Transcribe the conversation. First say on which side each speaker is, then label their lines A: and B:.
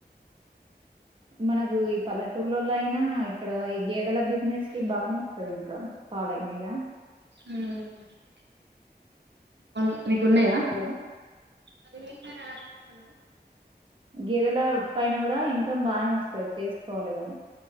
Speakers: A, on the right; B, on the right.
A: మనకు ఈ పల్లెటూర్లలో అయినా ఇక్కడ ఈ గేదెల బిజినెస్ కి బాగానే అస్తది ఇంకా పాల మీద
B: హూ అవును మీకు ఉన్నయా
A: పొలం
B: అదేంటిరా
A: గేదెల పైన కూడా ఇన్కమ్ బానే వస్తది చేసుకోవాలి. కానీ